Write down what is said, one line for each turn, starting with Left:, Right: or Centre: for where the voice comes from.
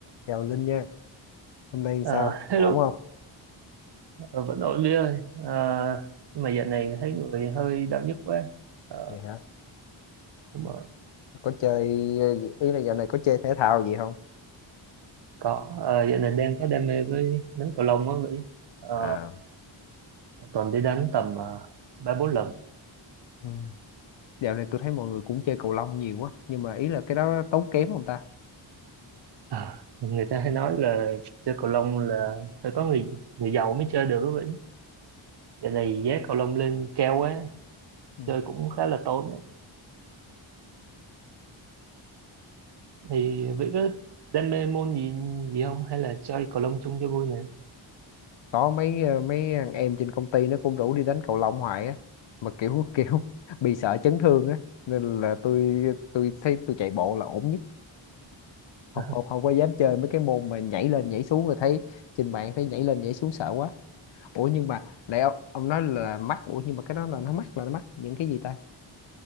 Left: Chào Linh nha, hôm nay
Right: Ờ,
Left: sao?
Right: hello,
Left: Ổn không?
Right: Ờ, vẫn ổn Vy ơi. Ờ, nhưng mà dạo này thấy người hơi đau nhức quá. Ờ,
Left: Vậy hả?
Right: đúng rồi,
Left: Có chơi, ờ, ý là dạo này có chơi thể thao gì không?
Right: có. Ờ, dạo này đang có đam mê với đánh cầu lông á Vy. Ờ,
Left: À,
Right: một tuần đi đánh tầm ờ, ba bốn lần.
Left: ừ. Dạo này tôi thấy mọi người cũng chơi cầu lông nhiều quá, nhưng mà ý là cái đó tốn kém không ta?
Right: Ờ, người ta hay nói là chơi cầu lông là phải có người người giàu mới chơi được á Vy. Dạo này giá cầu lông lên cao quá,
Left: Ừ.
Right: chơi cũng khá là tốn. Thì Vy có đam mê môn gì gì không? Hay là chơi cầu lông chung cho vui nè?
Left: Có mấy ờ, mấy thằng em trên công ty nó cũng rủ đi đánh cầu lông hoài á, mà kiểu kiểu <laughs> bị sợ chấn thương á, nên là tôi tôi thấy tôi chạy bộ là ổn nhất, không
Right: <laughs>
Left: không không có dám chơi mấy cái môn mà nhảy lên nhảy xuống rồi thấy trên mạng thấy nhảy lên nhảy xuống sợ quá. ủa nhưng mà nãy ông, ông nói là mắc ủa nhưng mà cái đó là nó mắc là nó mắc những cái gì ta